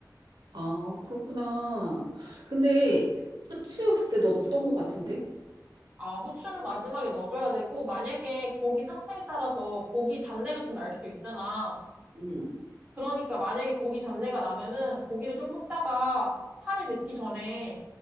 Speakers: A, on the right; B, on the right.
A: 아, 그렇구나. 근데 후추 그때 너 넣었던 것 같은데?
B: 아, 후추는 마지막에 넣어줘야 되고, 만약에 고기 상태에 따라서 고기 잡내가 좀 날 수도 있잖아.
A: 응,
B: 그러니까 만약에 고기 잡내가 나면은 고기를 좀 볶다가 파를 넣기 전에